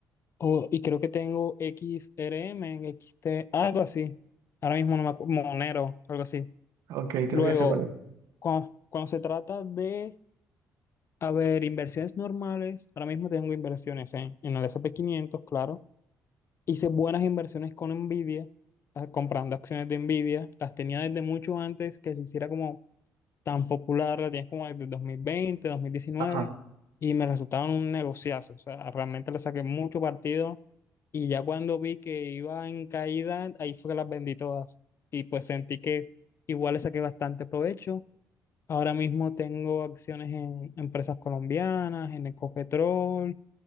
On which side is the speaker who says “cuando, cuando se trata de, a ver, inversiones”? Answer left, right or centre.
Left